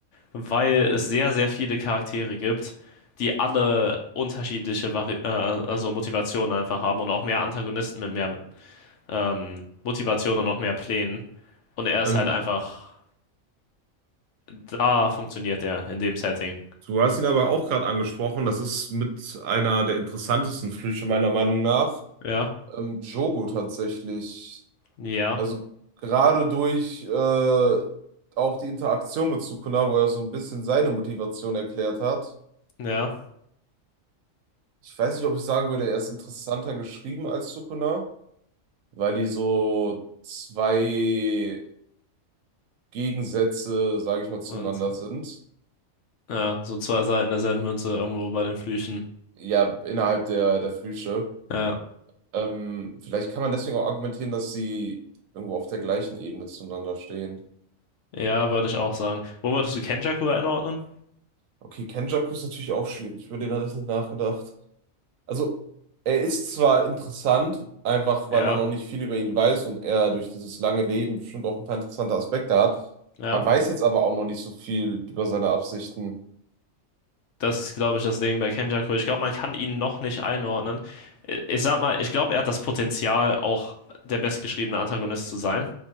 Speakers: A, on the left (about 65°); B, on the right (about 75°).
A: weil es sehr, sehr viele Charaktere gibt, die alle unterschiedliche Vari äh, also Motivationen einfach haben und auch mehr Antagonisten mit mehr ähm, Motivation und auch mehr Plänen. Und er ist
B: Ähm,
A: halt einfach, da funktioniert er in dem Setting.
B: du hast ihn aber auch gerade angesprochen. Das ist mit einer der interessantesten Flüche meiner Meinung nach.
A: Ja,
B: Ähm, Jogo tatsächlich.
A: ja,
B: Also gerade durch äh, auch die Interaktion mit Sukuna, wo er so ein bisschen seine Motivation erklärt hat.
A: ja.
B: Ich weiß nicht, ob ich sagen würde, er ist interessanter geschrieben als Sukuna, weil die so zwei Gegensätze, sage ich mal, zueinander
A: Und
B: sind.
A: ja, so zwei Seiten derselben Münze irgendwo bei den Flüchen.
B: Ja, innerhalb der, der Flüche.
A: Ja.
B: Ähm, vielleicht kann man deswegen auch argumentieren, dass sie irgendwo auf der gleichen Ebene zueinander stehen.
A: Ja, würde ich auch sagen. Wo würdest du Kenjaku einordnen?
B: Okay, Kenjaku ist natürlich auch schwierig. Über den hatte ich nicht nachgedacht. Also, er ist zwar interessant, einfach
A: Ja,
B: weil man noch nicht viel über ihn weiß und er durch dieses lange Leben bestimmt auch ein paar interessante Aspekte hat.
A: ja.
B: Man weiß jetzt aber auch noch nicht so viel über seine Absichten.
A: Das ist, glaube ich, das Ding bei Kenjaku. Ich glaube, man kann ihn noch nicht einordnen. I- Ich sag mal, ich glaube, er hat das Potenzial, auch der bestgeschriebene Antagonist zu sein.